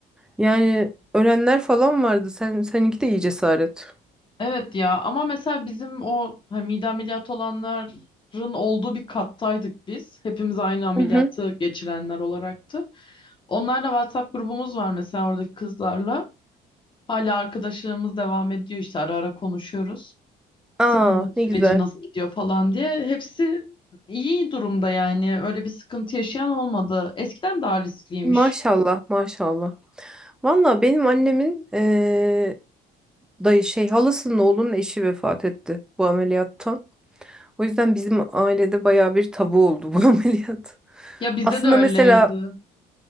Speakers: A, in the centre; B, on the left.
A: Yani ölenler falan vardı. Sen seninki de iyi cesaret.
B: Evet ya ama mesela bizim o hani mide ameliyatı olanların olduğu bir kattaydık biz. Hepimiz aynı ameliyatı
A: Hı hı.
B: geçirenler olaraktı. Onlarla WhatsApp grubumuz var mesela oradaki kızlarla. Hala arkadaşlığımız devam ediyor işte ara ara konuşuyoruz.
A: Aa
B: Senin sürecin
A: ne güzel.
B: nasıl gidiyor falan diye. Hepsi iyi durumda yani. Öyle bir sıkıntı yaşayan olmadı. Eskiden daha riskliymiş.
A: Maşallah maşallah. Valla benim annemin eee, dayı şey halasının oğlunun eşi vefat etti bu ameliyattan. O yüzden bizim ailede baya bir tabu oldu bu <laughs> ameliyat.
B: Ya bizde
A: Aslında
B: de öyleydi.
A: mesela